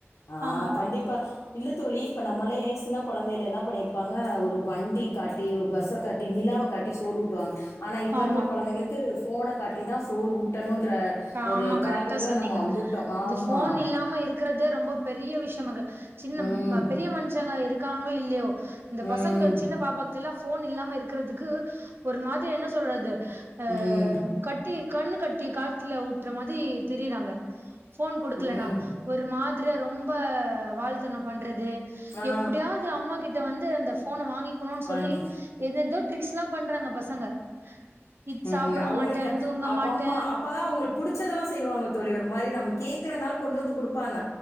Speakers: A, on the left (about 70°); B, on the right (about 50°).
A: ஆஹ்
B: ஆமா
A: கண்டிப்பா இல்ல தோழி இப்ப நம்மளே சின்ன கொழந்தை ல என்ன பண்ணியிருப்பாங்க ஒரு வண்டி காட் டி ஒரு பஸ்ஸ காட்டி நிலாவ காட் டி சோறூட்டுவாங்க ஆனா இப்போ
B: ஆமா
A: இருக்கற கொழந்தைங்களுக்கு ஃபோன காட்டிதா சோறு ஊட்டணுன்ற ஒரு
B: ஆமா
A: காலக்கட்டத்தில
B: கரெக்டா சொன்னீங்க
A: நம்மோ வந்துட்டோ ஆமா
B: இது ஃபோன் இல்லாம இருக்கறது ரொம்ப பெரிய விஷயமாக்கு சின்ன
A: ம்
B: ம பெரிய மனுஷங்க இருக் க்காங்களோ இல்யோ இந்த
A: ம்
B: பசங்கள் சின்ன பாப்பாக் ல்லா ஃபோன் இல்லாம இருக்றதுக்கு ஒரு மாதிர் என் சொல்றது அஹ்
A: ம்
B: கட்டி கண்ணு கட்டி காத்துல உட் த்ர மாதி திரிறாங்க ஃபோன் குடுக்கலனா
A: ம்
B: ஒரு மாத்ரியா ரொம் ரொம்ப வால்த்தனம் பண்றது
A: ஆ
B: எப்டியாவது அம்மா கிட் ட்ட வந்து அந்த போன வாங்கி க்கனு
A: வாங்கி
B: சொல்லி எது எதோ ட்ரிக்ஸ் எல்லா பண்றாங்க பசங்க இ
A: உம்
B: சாப்ட
A: அவங்களுக்கு
B: மாட்டே தூங்க
A: அப்
B: மாட்டே
A: அம்மா அப்பாதா அவங்களுக்கு புடுச்சதெல்லா செய்வாங்க தோழி ஒரு மாரி நம்ம கேக்கலனாலு கொண்டு வந்து குடுப்பாங்க